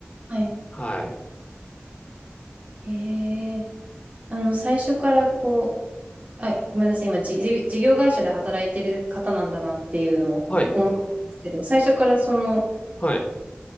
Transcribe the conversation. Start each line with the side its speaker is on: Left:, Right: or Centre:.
Right: はい。
Left: はい。
Right: へえ。あの、最初からこう、はい、ごめんなさい。今、じ、じ事業会社で働いてる方なんだなっていうのを思ったんですけど、
Left: はい。
Right: 最初からその
Left: はい。